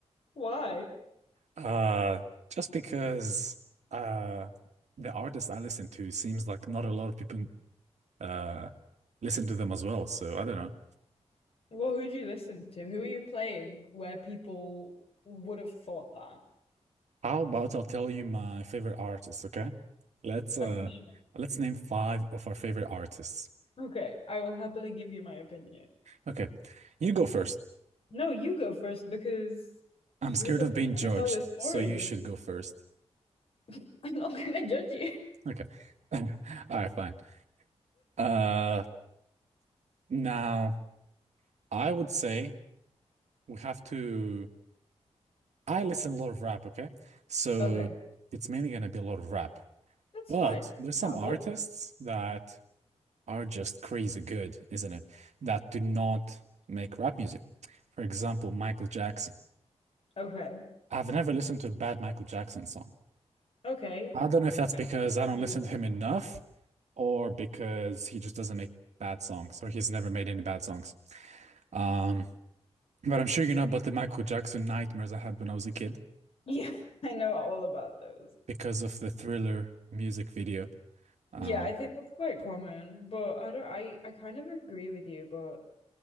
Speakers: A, on the left; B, on the right.
A: Why?
B: Uh, just because uh the artist I listen to seems like not a lot of people uh listen to them as well. So I don't know.
A: Well, who'd you listen to? Who are you playing where people would have thought that?
B: How about I'll tell you my favorite artists, okay? Let's uh
A: I'm pretty sure.
B: let's name five of our favorite artists.
A: Okay, I will happily give you my opinion.
B: Okay. You go first.
A: No, you go first because
B: I'm
A: you're
B: scared
A: the
B: of
A: one
B: being
A: trying
B: judged,
A: to tell your
B: so
A: story.
B: you should go first.
A: <laughs> I'm not gonna judge you.
B: Okay. <laughs> All right, fine. Uh now I would say we have to I listen a lot of rap, okay? So
A: Okay,
B: it's mainly gonna be a lot of rap.
A: that's
B: But
A: fine.
B: there's some
A: Dabble.
B: artists that are just crazy good, isn't it? That do not make rap music. For example, Michael Jackson.
A: Okay.
B: I've never listened to a bad Michael Jackson song.
A: Okay,
B: I don't know if that's because
A: I agree
B: I don't listen
A: with that.
B: to him enough or because he just doesn't make bad songs or he's never made any bad songs. Um, but I'm sure you know about the Michael Jackson nightmares I had when I was a kid
A: Yeah, <laughs> I know all about those.
B: because of the Thriller music video. Um,
A: Yeah, I think that's quite common, but I don't. I I kind of agree with you, but